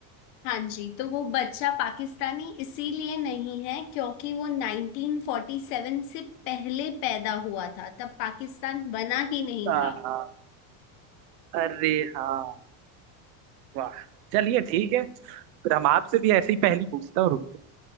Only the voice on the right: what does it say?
रहा
हाँ, अरे हाँ वाह चलिए ठीक है फिर हम आपसे भी ऐसी पहेली पूछता हूँ रुकिए